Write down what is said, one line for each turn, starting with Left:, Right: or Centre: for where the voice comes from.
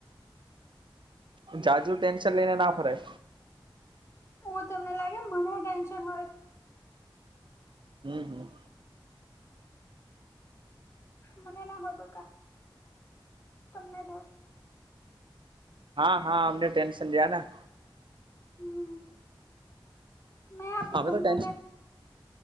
Right: જાજુ ટેન્શન લઈને ના ફરાય.
Left: હું તમને લાગે મને ટેન્શન હોય.?
Right: હમ્મ હમ્મ
Left: મનેના હોય બકા તમને જોય.
Right: હા હા અમને ટેન્શન લેના.
Left: હમ મેં આપ્યું
Right: અમે
Left: તમને
Right: તો ટેન્શન